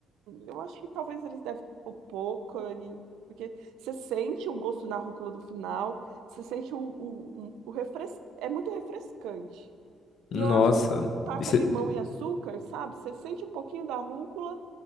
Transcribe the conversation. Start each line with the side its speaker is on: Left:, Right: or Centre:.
Right: Eu acho que talvez eles devem pôr pouca, e... porque você sente o gosto na rúcula do final, você sente o, o, um, o refres... É muito refrescante.
Left: Nossa.
Right: E eu acho que taca
Left: E cê-
Right: limão e açúcar, sabe? Você sente um pouquinho da rúcula,